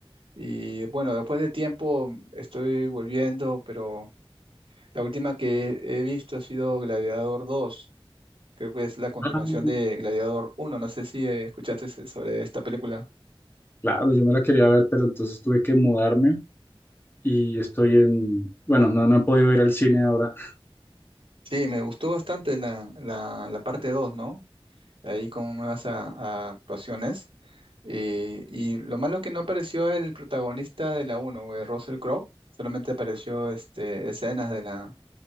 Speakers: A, on the right; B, on the left.
A: Y bueno, después de tiempo estoy volviendo, pero la última que he visto ha sido Gladiador dos, Creo que es la continuación
B: Ah.
A: de Gladiador uno. No sé si eh, escuchaste sobre esta película.
B: Claro, yo me la quería ver, pero entonces tuve que mudarme y estoy en, bueno, no, no he podido ir al cine ahora.
A: Sí, me gustó bastante la, la, la parte 2, ¿no? ahí con nuevas a- a actuaciones. Eh, y lo malo es que no apareció el protagonista de la uno, güey, Russell Crowe. Solamente apareció este, escenas de la,